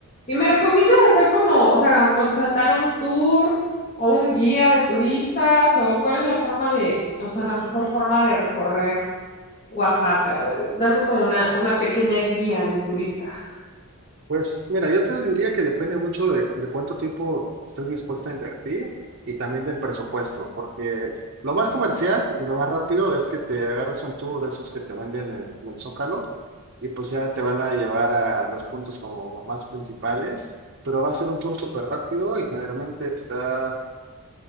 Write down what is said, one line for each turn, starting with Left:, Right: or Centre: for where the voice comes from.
Left: ¿Y me recomiendas hacer como, o sea, contratar un tour o un guía de turistas o cuál es la forma de, o sea, la mejor forma de recorrer Oaxaca? A ver, dame como una, una pequeña guía de turista.
Right: Pues mira, yo te diría que depende mucho de, de cuánto tiempo estés dispuesta a invertir y también del presupuesto, porque lo más comercial y lo más rápido es que te agarres un tour de esos que te venden en, en el Zócalo y pues ya te van a llevar a los puntos como más principales, pero va a ser un tour súper rápido y generalmente está